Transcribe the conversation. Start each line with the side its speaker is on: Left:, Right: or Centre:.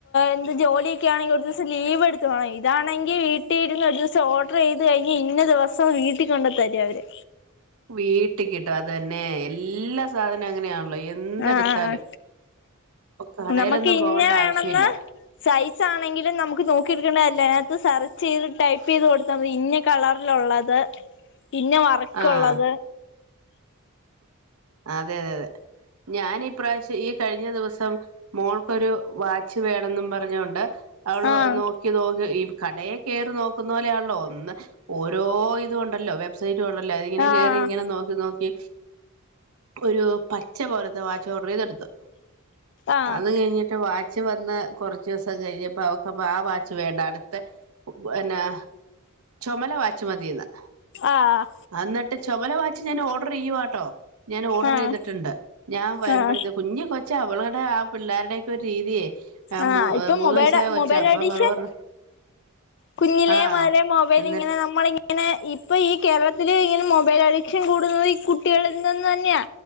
Left: എന്ത് ജോലിയൊക്കൊണെങ്കിൽ ഒരു ദിവസം ലീവ് എടുത്തു പോണം ഇതാണെങ്കിൽ വീട്ടിൽ ഇരുന്ന് ഒരു ദിവസം ഓർഡർ ചെയ്ത് കഴിഞ്ഞ ഇന്ന ദിവസം വീട്ടിൽ കൊണ്ടത്തരും അവര്
Right: വീട്ടികിട്ടും അത്തന്നെ എല്ലാ സാധന അങ്ങനെയാണല്ലോ എ എന്തെടുത്താലും
Left: ആഹ്
Right: ഇപ്പൊ കടയിലൊന്നും
Left: നമുക്ക് ഇന്ന
Right: പോകണ്ട
Left: വേണന്ന്
Right: ആവശ്യല്ല
Left: സൈസ് ആണെങ്കിലും നമുക്ക് നോക്കിെടുക്കേണ്ട കാര്യല്ല അതിനകത്ത് സെർച്ച് ചെയ്ത് ടൈപ്പ് ചെയ്ത് കൊടുത്താൽ മതി ഇന്ന കളറിലൊള്ളത് പിന്നെ വർക്കൊള്ളത്
Right: ആഹ് അതെ അതെ അതെ ഞാൻ ഇപ്രാവശ്യം ഈ കഴിഞ്ഞ ദിവസം മോൾക്കൊരു വാച്ച് വേണെന്നും പറഞ്ഞൊണ്ട് അവള്
Left: ആഹ്
Right: നോക്കി നോക്കി ഈ കടയെ കേറി നോക്കുന്ന പോലെയാണല്ലോ ഒന്ന് ഓരോ ഇത് ഇണ്ടല്ലോ വെബ്സൈറ്റ് ണ്ടല്ലോ അത് ഇങ്ങനെ
Left: ആഹ്
Right: കേറിങ്ങനെ നോക്കി നോ ക്കി ഒരു പച്ച പോലത്തെ വാച്ച് ഓഡർ ചെയ്തെടുത്തു
Left: ആഹ്
Right: അത് കഴിഞ്ഞിട്ട് വാ ച്ച് വന്ന് കുറച്ച് ദിവസം കഴിഞ്ഞപ്പോ അവക്ക്പ്പ ആ വാച്ച് വേണ്ട അടുത്ത അ എന്നാ ചൊമല വാച്ചുമതിന്ന്
Left: ആഹ്
Right: അന്നിട്ട് ചുമല വാച്ച് ഞാൻ ഓർഡർ ചെയ്യുവാട്ടോ ഞാൻ ഓർഡർ
Left: ആഹ്
Right: ചെയ്തിട്ടുണ്ട് ഞാൻ വരുമ്പോഴത്തെ
Left: ആഹ്
Right: കുഞ്ഞി കൊ ച്ചാ അവളുടെ ആ പിള്ളേരുടെയൊക്കെ ഒരു രീതിയെ ആ
Left: ആഹ്
Right: മു
Left: ഇപ്പൊ
Right: മൂന്ന്
Left: മൊബൈൽ
Right: വയസായ കൊച്ചാ
Left: മൊബൈൽ
Right: അപ്പ
Left: എഡിഷൻ
Right: അവള് പറഞ്ഞു
Left: കുഞ്ഞിലേ
Right: ആ
Left: മൊതലേ മൊബൈൽ
Right: എന്നിട്ട്
Left: ഇങ്ങനെ നമു നമ്മളിങ്ങനെ ഇപ്പൊ ഈ കേരളത്തിൽ ഇങ്ങനെ മൊബൈൽ അഡിക്ഷൻ കൂടുന്നത് ഈ കുട്ടികളിൽ നിന്ന് തന്നെയാ